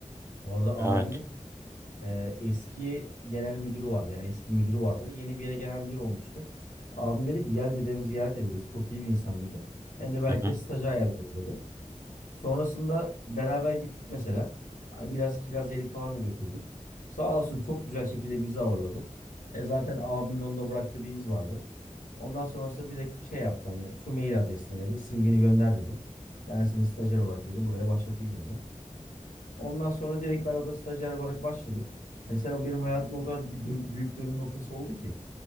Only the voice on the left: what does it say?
Orada
abimin e, eski genel müdürü vardı. Yani eski müdürü vardı. Yeni bir yere genel müdür olmuştu. Abim dedi ki gel dedem ziyaret ederiz. Çok iyi bir insan dedi. Hem de belki
de stajı ayarlarız dedi. Sonrasında beraber gittik mesela. Hani Biraz kiraz yedik falan da götürdük. Sağ olsun çok güzel şekilde bizi ağırladı. E zaten abimin onda bıraktığı bir iz vardı. Ondan sonrasında direkt şey yaptı. Hani şu mail adresine dedi. CV'ni gönder dedi. Ben seni stajyer olarak dedi. Buraya başlatayım dedi. Ondan sonra direkt ben orada stajyer olarak başladım. Mesela benim hayatımda o kadar bir dön- büyük dönüm noktası oldu ki.